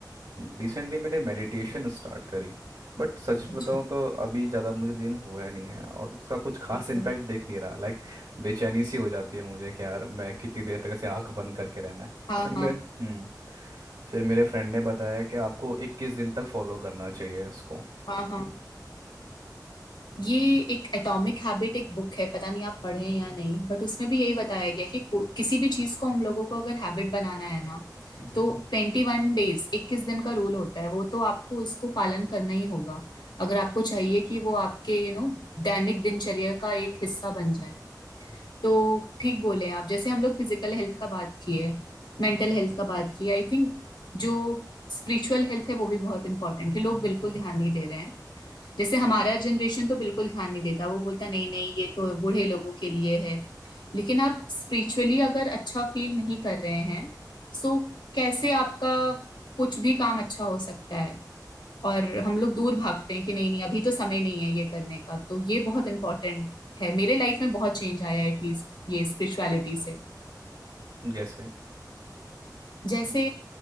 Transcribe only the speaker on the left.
अच्छा
ओके
हाँ
हाँ
हाँ हाँ ये एक एटॉमिक हैबिट एक बुक है पता नहीं आप पढ़े हैं या नहीं बट उसमें भी यही बताया गया कि को- किसी भी चीज को हम लोगों को अगर हैबिट बनाना है ना
तो ट्वेंटी वन डेज इक्कीस दिन का रूल होता है वो तो आपको उसको पालन करना ही होगा अगर आपको चाहिए कि वो आपके यू नो दैनिक दिनचर्या का एक हिस्सा बन जाए तो ठीक बोले आप जैसे हम लोग फिजिकल हेल्थ का बात किए मेंटल हेल्थ का बात किए आई थिंक जो स्पिरिचुअल हेल्थ है वो भी बहुत इंपॉर्टेंट है लोग बिल्कुल ध्यान नहीं दे रहे हैं जैसे हमारा जनरेशन तो बिल्कुल ध्यान नहीं देता वो बोलता नहीं नहीं ये तो बूढ़े लोगों के लिए है लेकिन आप स्पिरिचुअली अगर अच्छा फील नहीं कर रहे हैं सो कैसे आपका कुछ भी काम अच्छा हो सकता है और हम लोग दूर भागते हैं कि नहीं नहीं अभी तो समय नहीं है ये करने का तो ये बहुत इंपॉर्टेंट है मेरे लाइफ में बहुत चेंज आया एटलीस्ट ये स्पिरिचुअलिटी से
जैसे